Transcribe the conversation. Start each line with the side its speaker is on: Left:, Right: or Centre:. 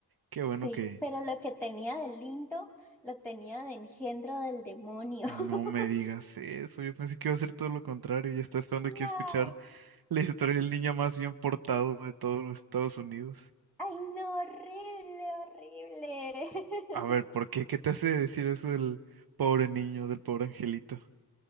Right: qué bueno
Centre: sí.
Right: que
Centre: Pero lo que tenía de lindo, lo tenía de engendro del demonio.
Right: no
Centre: <laughs>
Right: me digas eso. Yo pensé que iba a ser todo lo contrario y estaba esperando
Centre: No.
Right: aquí a escuchar <laughs> la historia del niño más bien portado de todos los Estados Unidos.
Centre: Ay, no, horrible, horrible.
Right: A ver,
Centre: <laughs>
Right: ¿por qué? ¿Qué te hace decir eso del pobre niño, del pobre angelito?